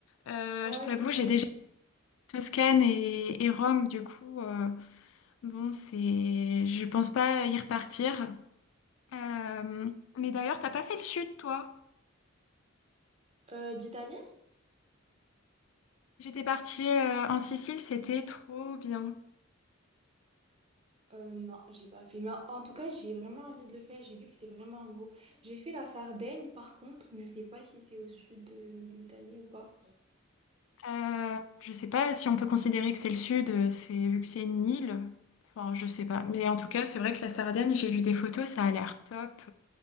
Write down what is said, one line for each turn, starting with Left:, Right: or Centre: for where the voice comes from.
Left: Euh,
Right: Ouais,
Left: je t'avoue,
Right: c'est ça.
Left: j'ai
Right: et-
Left: déjà fait Toscane et, et Rome, du coup. euh, bon, c'est, je pense pas y repartir. Euh, mais d'ailleurs, t'as pas fait le sud, toi?
Right: Euh, d'Italie?
Left: J'étais partie euh, en Sicile, c'était trop bien.
Right: Euh, non, j'ai pas fait. Mais en tout cas, j'ai vraiment envie de le faire. J'ai vu que c'était vraiment beau. J'ai fait la Sardaigne, par contre, mais je sais pas si c'est au sud de, de l'Italie ou pas.
Left: Euh, je sais pas si on peut considérer que c'est le sud, euh, c'est vu que c'est une île. Enfin, je sais pas. Mais en tout cas, c'est vrai que la Sardaigne, j'ai vu des photos, ça a l'air top.